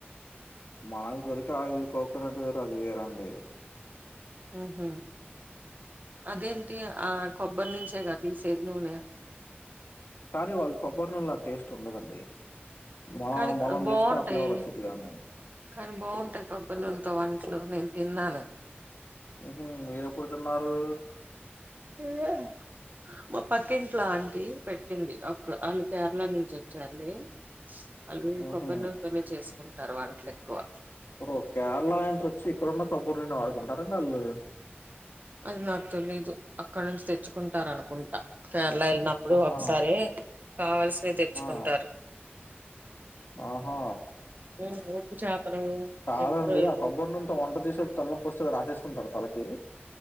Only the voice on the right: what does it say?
ఊహూ అదేంటి ఆ కొబ్బరి నుంచే కదా తీసేది నూనె
కానీ
బావుంటాయి
కానీ బావుంటాయి కొబ్బరి నూనెతో వంటలు నేన్ తిన్నాను
ఇంకా మా పక్కింట్లో అంటీ పెట్టింది ఒక్ వాళ్ళు కేరళ నుంచి వచ్చార్లే వాళ్ళు
కొబ్బరి నూనెతోనే చేస్ కుంటారు వంటలెక్కువ
అది నాకు తెలీదు అక్కడ నుంచి తెచ్చుకుంటారనుకుంటా కేర్ ళ వెళ్ళినప్పుడు
ఒకసారి కావాల్సినవి తెచ్చుకుంటారు
ఉమ్, ఉప్పు చేపలు
ఎండు రొయ్యలు